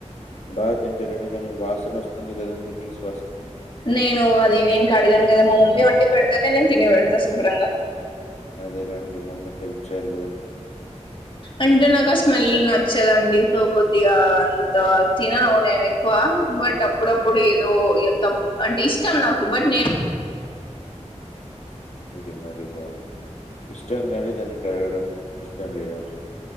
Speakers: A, on the left; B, on the left.
A: బాగా తింటారండి కానీ వాసన వస్త గదండీ! నీసు
B: నేను అది నేను కడగను కదా మా మమ్మీ వండి పెడతాది నేను తిని పెడతా శుభ్రంగా
A: అదే లెండి మమ్మీకి హెల్ప్ చేయర
B: అంటే నాకు ఆ స్మెల్ నచ్చదండి తో కొద్గా అంత తిననో నేను ఎక్కువ బట్ అప్పుడప్పుడు ఏదో తప్పా అంటే ఇష్టం నాకు బట్ నేను
A: ఇది మరి బాగుంది ఇష్టంంగాని దాన్ని కడగడం ఇష్టం లేదండి